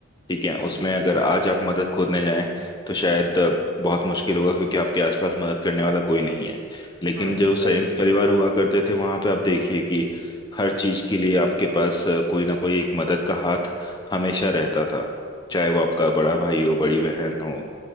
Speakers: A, on the left; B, on the right.
A: ठीक है उसमें
B: जी
A: अगर
B: जी
A: आज आप मदद खोजने जाएं तो शायद अ, बहुत मुश्किल होगा क्योंकि आपके आसपास मदद करने वाला कोई नहीं है लेकिन
B: हाँ
A: जो
B: शायद
A: संयुक्त
B: जी
A: परिवार हुआ करते थे वहां पे आप देखिए कि हर चीज के लिए आपके पास अ, कोई ना कोई एक मदद का हाथ हमेशा रहता था चाहे वो आपका बड़ा भाई हो बड़ी बहन हो